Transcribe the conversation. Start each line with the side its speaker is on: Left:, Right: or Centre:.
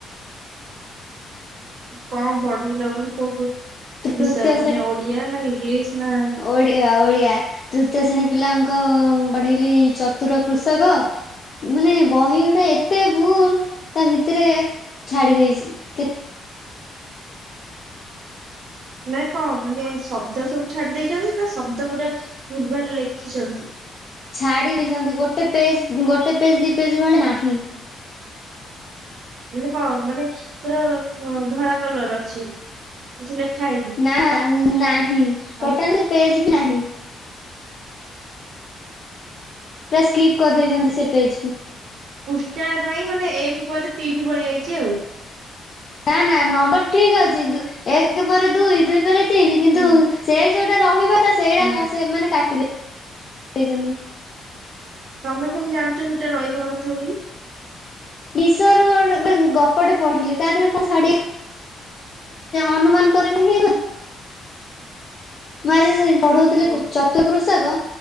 Right: କଣ ପଢ ଲ ମାନେୋଉ ବିଷୟ
Left: ତୃତୀୟ
Right: ମାନେ ଓ ୟ ନା ଇଂଲିଶ ନା
Left: ଓ ଓଡିଆ ତୃତୀୟ ଶ୍ରେଣୀ ପିଲାଙ୍କ ବଢେଇଲି ଚତୁର କୃଷକ ମାନେ ବହି ଗୁଟା ଏତେ ଭୁଲ ତା ଭିତରେ ଛାଡ଼ି ଦେଇଛି। କେ
Right: ମାନେ କଣ ମାନେ ଶବ୍ଦ ସବୁ ଛାଡି ଦେଇେଇଛନ୍ତି ନା ଶବ୍ଦ ପୁରା ଭୁଲ ଭଲ ଲେଖିଛନ୍ତି।
Left: ଛାଡି ଦେଇଛନ୍ତି ଗୋଟେ ପେଜ ଗୋଟେ ପେଜ ଦି ପେଜ ଭଳେ ନାହିଁ।
Right: ମାନେ କଣ ମାନେ ପୁରା ଧଳା କଲର ଅଛି କିଛି ଲେଖା ହେଇନି।
Left: ନା ନାହିଁ
Right: ଆଉ
Left: ଟୋଟାଲ ପେଜ ବି ନାହିଁ। ପୁରା ସ୍କିପ୍ କରିଦେଇଛନ୍ତି ସେ ପେଜ୍କୁୁ
Right: ପୃଷ୍ା ନାହିଁ ମାନେ ଏକ ପରେ ତିନି ପଡିଯାଇଛି ଆଉ
Left: ନା ନା ନମ୍ବର ଠିକ ଅଛି ଏକ ପରେ ଦୁଇ ଦୁଇ ପରେ ତିନି କିନ୍ତୁ
Right: ହୁଁ
Left: ସେଇ ଯୋଉଟା ରହିବ ତ ସେଇଟା
Right: ହଁ
Left: ସେ ମାନେ କାଟିଦ ଦେଇଛନ୍ତି।
Right: ତମେ କେମିତି ଜାଣିଛ ସେଇଟା ରହିବା କଥା ବୋଲି।
Left: ନିଶ ର ଗୋଟ ଗ ଗପଟେ ପଢିଲି ତା ଦେହରେ କଣ ଶାଢୀ ଅନୁମାନ କରି ହେଇଯା ମୁଁ ଆଜି ପଢଉ
Right: ଓ,
Left: ଚତୁ କୃଷକ